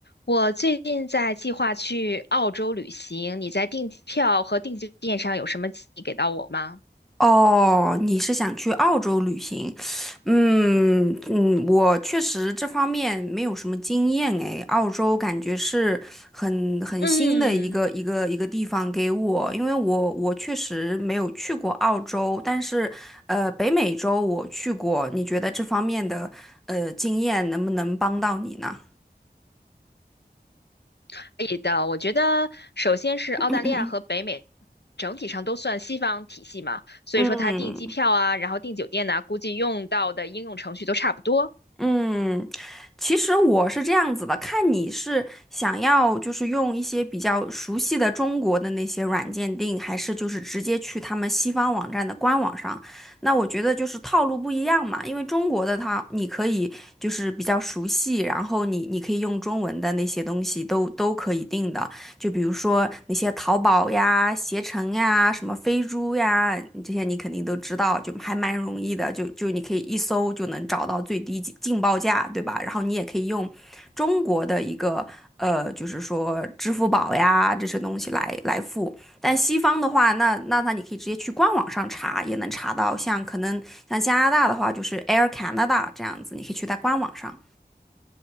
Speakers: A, on the left; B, in the centre.
A: 我最近在计划去澳洲旅行，你在订票和订酒店上有什么建议给到我吗？
B: 哦，你是想去澳洲旅行？嗯嗯，我确实这方面没有什么经验诶，澳洲感觉是很很新的一个一个一个地方给我，
A: 嗯，
B: 因为我我确实没有去过澳洲，但是呃，北美洲我去过。你觉得这方面的呃经验能不能帮到你呢？
A: 可以的。我觉得首先是澳大利亚和北美
B: 嗯嗯
A: 整体上都算西方体系嘛，所以说它订机票啊，
B: 嗯。嗯。
A: 然后订酒店呐、估计用到的应用程序都差不多。
B: 嗯，其实我是这样子的，看你是想要就是用一些比较熟悉的中国的那些软件订，还是就是直接去他们西方网站的官网上。那我觉得就是套路不一样嘛，因为中国的它你可以就是比较熟悉，然后你你可以用中文的那些东西都都可以订的。就比如说那些淘宝呀、携程呀、什么飞猪呀，这些你肯定都知道，就还蛮容易的，就就你可以一搜就能找到最低进报价，对吧？然后你也可以用中国的一个呃，就是说支付宝呀这些东西来来付。但西方的话，那那那你可以直接去官网上查，也能查到。像可能像加拿大的话，就是 Air Canada 这样子，你可以去在官网上。